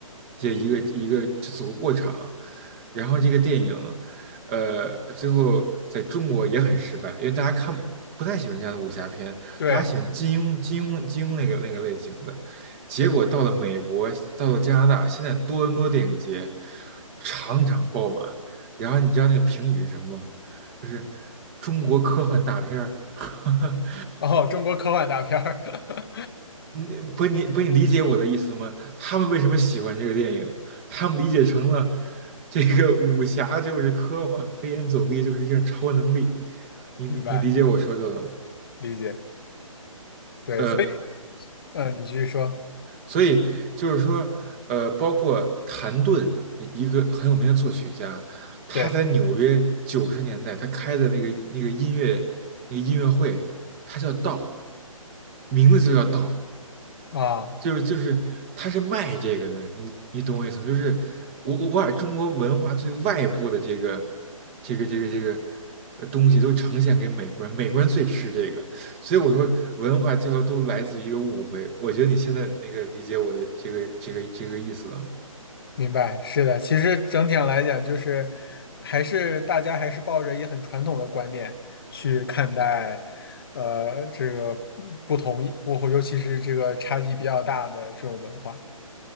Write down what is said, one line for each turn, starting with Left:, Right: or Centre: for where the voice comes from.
Right: 这一个一个就走个过场，然后这个电影。呃，最后在中国也很失败，因为大家看不太喜欢这样的武侠片，
Left: 对，
Right: 大家喜欢金庸、金庸、金庸那个那个类型的。结果到了美国，到了加拿大，现在多伦多电影节场场爆满。然后你知道那个评语是什么吗？就是中国科幻大片儿。<laughs>
Left: 哦，中国科幻大片儿，<laughs>
Right: 你不你不你理解我的意思吗？他们为什么喜欢这个电影？他们理解成了这个武侠就是科幻，飞檐走壁就是一种超能力。你你你理解我说的了吗？
Left: 明白，理解。对，
Right: 呃。
Left: 所以，嗯、你继续说。
Right: 所以就是说，呃，包括谭盾，一个很有名的作曲家，他在纽约九十年代他开的那个那个音乐那个音乐会，
Left: 对
Right: 他叫道，名字就叫道，
Left: 啊，
Right: 就是就是他是卖这个的，你你懂我意思吗？就是我我我把中国文化最外部的这个这个这个这个呃东西都呈现给美国人，美国人最吃这个，所以我说，文化这块都来自于一个误会。我觉得你现在那个理解我的这个这个这个意思了吗？
Left: 明白，是的。其实整体上来讲，就是还是大家还是抱着一个很传统的观念去看待，呃，这个不同意，不，尤其是这个差异比较大的这种文化。